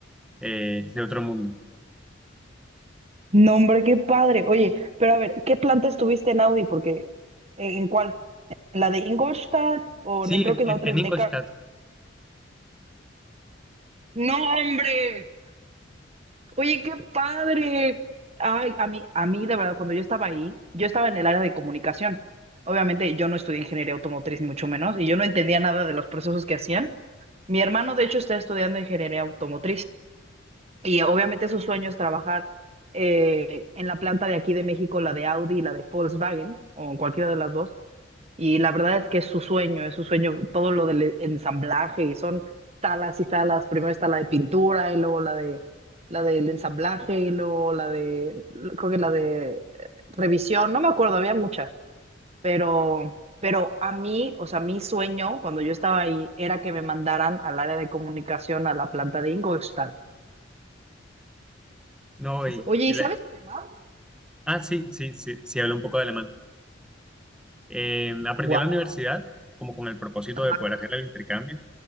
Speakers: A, in the centre; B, on the right.
A: eh, de otro mundo.
B: No, hombre, qué padre. Oye, pero a ver, ¿qué planta estuviste en Audi? Porque, ¿en en cuál? ¿En la de Ingolstadt? O
A: Sí,
B: ne- creo
A: en,
B: que
A: en-
B: la otra
A: en
B: es Neckar.
A: Ingolstadt.
B: No, hombre. Oye, qué padre. Ay, a mí, a mí, de verdad, cuando yo estaba ahí, yo estaba en el área de comunicación. Obviamente, yo no estudié ingeniería automotriz, ni mucho menos, y yo no entendía nada de los procesos que hacían. Mi hermano, de hecho, está estudiando ingeniería automotriz. Y obviamente su sueño es trabajar eh, en la planta de aquí de México, la de Audi y la de Volkswagen, o en cualquiera de las dos. Y la verdad es que es su sueño, es su sueño todo lo del ensamblaje y son salas y salas. Primero está la de pintura y luego la de la del ensamblaje y luego la de, creo que la de eh, revisión, no me acuerdo, había muchas, pero, pero a mí, o sea, mi sueño cuando yo estaba ahí era que me mandaran al área de comunicación a la planta de Ingolstadt.
A: No, y,
B: Oye,
A: y
B: ¿y
A: la-
B: sabes alemán?
A: ah, sí, sí, sí, sí, hablo un poco de alemán. Eh, aprendí
B: Wow.
A: en la universidad como con el propósito
B: Ajá.
A: de poder hacer el intercambio